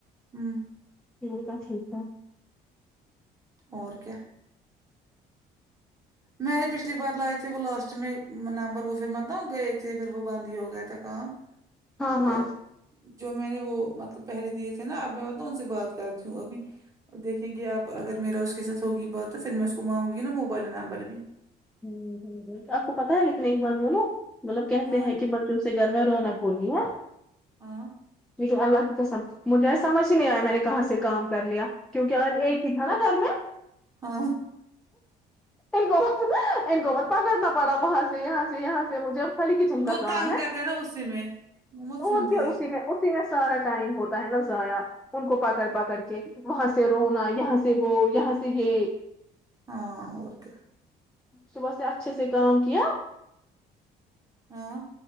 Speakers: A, on the right (about 20°); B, in the centre.
A: ہوں
B: میں نے کہا ٹھیک ہے
A: اور کیا میں نے پچھلی بار لائے تھے وہ لاسٹ میں نمبر وہ پھر مت نہ گئے تھے پھر وہ بند ہی ہو گیا تھا کام
B: ہاں ہاں
A: تو جو میں نے وہ مطلب پہلے دیے تھے نا اب میں ان سے بات کرتی ہوں ابھی دیکھیں گے اب اگر میرا اس کے ساتھ ہوگی بات تو پھر میں اس کو مانگوں گی نا موبائل نمبر بھی
B: ہوں ہوں ہوں یہ آپ کو پتا ہے لیکن ایک بات بولو مطلب کہتے
A: ہاں
B: ہیں کہ بچوں سے گھر میں رونق پونی ہے
A: ہاں
B: لیکن اللہ کی قسم مجھے سمجھ نہیں آیا میں نے کہاں سے کام کر لیا کیونکہ آج ایک ہی تھا نا گھر میں
A: ہاں
B: ان کو ان کو پتہ کرنا پڑا وہاں سے یہاں سے یہاں سے مجھے خالی کچن
A: وہ
B: کا کام
A: تنگ
B: ہے
A: کر رہے ہیں نا اسی میں مت سنتی
B: اور کیا اسی میں اسی میں سارا ٹائم ہوتا ہے نا ضائع ان کو پکڑ پکڑ کے وہاں سے رونا یہاں سے وہ یہاں سے یہ
A: ہاں اور کیا
B: صبح سے اچھے سے کام کیا
A: ہاں